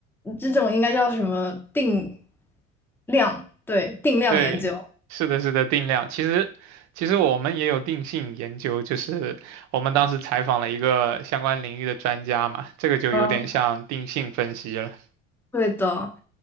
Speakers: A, in the centre; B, on the right.
A: 这种应该叫什么定量，对，定量研究。
B: 对，是的，是的，定量。其实其实我们也有定性研究，就是我们当时采访了一个相关领域的专家嘛，这个就有点像定性分析了。
A: 嗯，对的。